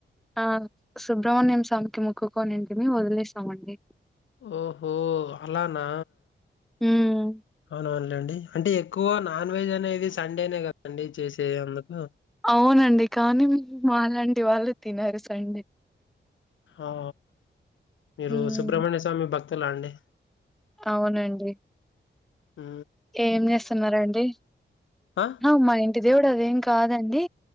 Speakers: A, in the centre; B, on the left (about 80°).
A: ఆ సుబ్రహ్మణ్యం స్వామికి మొక్కుకోనింటిని వదిలేసామండి.
B: ఓహో అలానా
A: మ్మ్.
B: అవునవునులేండి అంటే ఎ. ఎక్కువ నాన్ వెజ్ అనేది సండేనే కదండి చేసేది అందుకు.
A: అవునండి కానీ మాలాంటి వాళ్ళు తినరు సండే.
B: ఆ మీరు
A: హ్మ్.
B: సుబ్రహ్మణ్య స్వామి భక్తులా అండి.
A: అవునండి.
B: హ.
A: ఏం చేస్తున్నారండి.
B: ఆ
A: అవు మా ఇంటి దేవుడు అదేం కాదండి